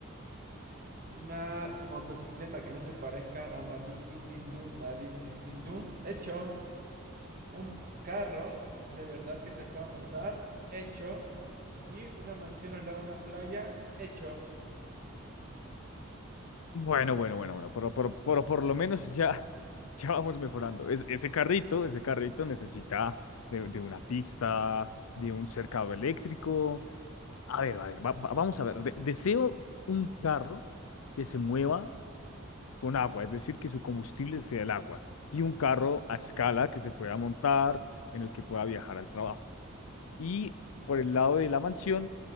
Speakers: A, on the right (about 40°); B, on the left (about 80°).
A: Una motocicleta que no se parezca a Madin Din Din Dun, Madin Din Din Dun. Hecho. Un carro de verdad que se pueda montar. Hecho. Y una mansión al lado de una playa. Hecho.
B: Bueno, bueno, bueno, bueno, pero por, por, por lo menos ya, <laughs> ya vamos mejorando. Es- ese carrito, ese carrito necesita de, de una pista, de un cercado eléctrico. A ver, a ver, va- va- vamos a ver. De- deseo un carro que se mueva con agua, es decir, que su combustible sea el agua, y un carro a escala que se pueda montar, en el que pueda viajar al trabajo. Y por el lado de la mansión,